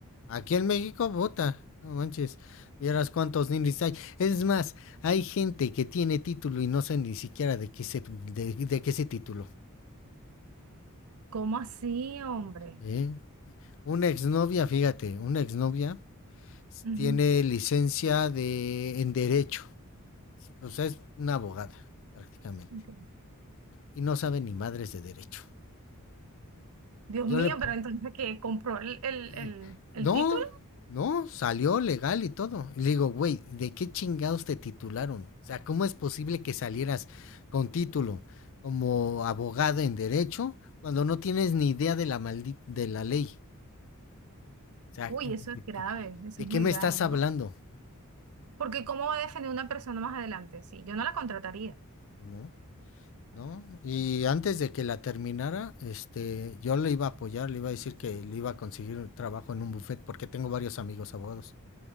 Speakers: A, on the left (about 60°); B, on the right (about 75°).
A: Aquí en México, vota. No manches. Vieras cuántos ninis hay. Es más, hay gente que tiene título y no sabe ni siquiera de qué se, de, de qué se título.
B: ¿Cómo así, hombre?
A: ¿eh? Una exnovia, fíjate, una exnovia
B: Ujú,
A: tiene licencia de en derecho. O sea, es una abogada, prácticamente.
B: ok.
A: Y no sabe ni madres de derecho.
B: Dios
A: Yo
B: mío,
A: le,
B: pero entonces que compró el, el, el,
A: eh, No,
B: el título.
A: no, salió legal y todo. Y le digo, güey, ¿de qué chingados te titularon? O sea, ¿cómo es posible que salieras con título como abogado en derecho cuando no tienes ni idea de la maldi- de la ley? O sea,
B: Uy, eso es
A: ¿de,
B: grave,
A: qué-
B: eso
A: de
B: es
A: qué
B: muy
A: me
B: grave,
A: estás hablando?
B: ¿no? Porque ¿cómo va a defender una persona más adelante? Sí, yo no la contrataría.
A: ¿No? ¿No? Y antes de que la terminara, este, yo le iba a apoyar, le iba a decir que le iba a conseguir un trabajo en un buffet porque tengo varios amigos abogados.